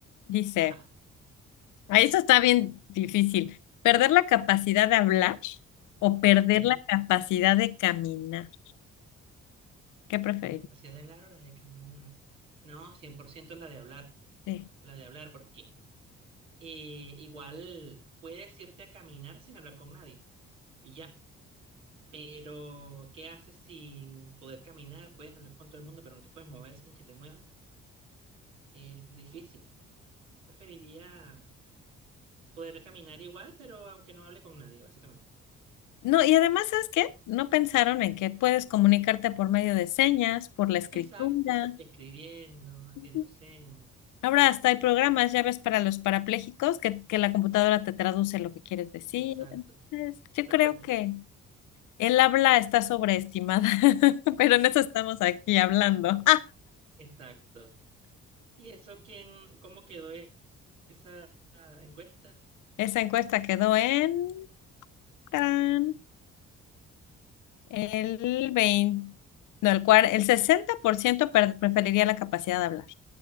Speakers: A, on the left; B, on the right.
A: Dice,
B: Ajá,
A: ah, eso está bien difícil. ¿Perder la capacidad de hablar o perder
B: ok.
A: la capacidad de caminar? ¿Qué preferirías?
B: ¿La capacidad de hablar o la de caminar? No, 100% la de hablar,
A: Sí.
B: la de hablar, porque eh, igual puedes irte a caminar sin hablar con nadie y ya. Pero, ¿qué haces sin poder caminar? Puedes hablar con todo el mundo, pero no te puedes mover sin que te muevan. Es difícil. Preferiría poder caminar igual, pero aunque no hable con nadie, básicamente.
A: No, y además, ¿sabes qué? No pensaron en que puedes comunicarte por medio de señas, por la escritura.
B: Exacto. Escribiendo, haciendo
A: Ujú.
B: señas.
A: Ahora hasta hay programas, ya ves, para los parapléjicos que, que la computadora te traduce lo que quieres decir.
B: Exacto.
A: Entonces, yo
B: Exactamente.
A: creo que el habla está sobreestimada, <laughs> pero en eso estamos aquí hablando.
B: Sí, Exacto. ¿Y eso quién, cómo quedó e- esa ah, encuesta?
A: <laughs> Esa encuesta quedó en tarán, el 20, no, el, cuar- el 60% per- preferiría la capacidad de hablar.